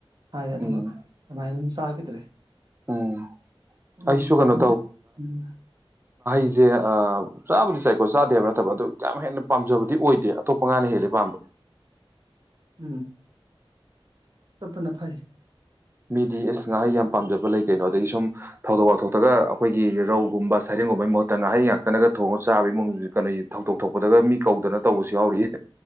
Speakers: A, on the right; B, on the right.
A: ꯍꯥꯏ ꯑꯗꯨꯒ
B: ꯎꯝ
A: ꯑꯗꯨꯃꯥꯏꯅ ꯑꯗꯨꯝ ꯆꯥꯈꯤꯗ꯭ꯔꯦ
B: ꯎꯝ
A: ꯎꯝ
B: ꯑꯩꯁꯨ ꯀꯩꯅꯣ
A: ꯁꯨꯝ ꯎꯝ
B: ꯑꯩꯁꯦ ꯆꯥꯕꯨꯗꯤ ꯆꯥꯏꯀꯣ ꯆꯥꯗꯦ ꯍꯥꯏꯕ ꯅꯠꯇꯕ ꯑꯣ ꯌꯥꯝ ꯍꯦꯟꯅ ꯄꯥꯝꯖꯕꯗꯤ ꯑꯣꯏꯗꯦ ꯑꯇꯣꯞꯄ ꯉꯥꯅ ꯍꯦꯜꯂꯦ ꯄꯥꯝꯕ
A: ꯎꯝ ꯇꯞꯄꯅ ꯐꯩ
B: ꯃꯤꯗꯤ ꯑꯁ ꯉꯍꯩ ꯌꯥꯝ ꯄꯥꯝꯖꯕ ꯂꯩ ꯀꯩꯅꯣ ꯑꯗꯒꯤ ꯁꯨꯝ ꯊꯧꯗꯣꯛ ꯋꯥꯊꯣꯛꯇꯒ ꯑꯩꯈꯣꯏꯒꯤ ꯔꯧꯒꯨꯝꯕ ꯁꯩꯔꯦꯡꯒꯨꯝꯕꯩꯒꯤ ꯃꯍꯨꯠꯇ ꯉꯥꯍꯩ ꯉꯥꯛꯇꯅꯒ ꯊꯣꯡꯉꯒ ꯆꯥꯕ ꯏꯃꯨꯡ ꯀꯩꯅꯣ ꯊꯧꯗꯣꯛ ꯊꯣꯛꯄꯗꯒ ꯃꯤ ꯀꯧꯗꯅ ꯇꯧꯕꯁꯨ ꯌꯥꯎꯔꯤꯌꯦ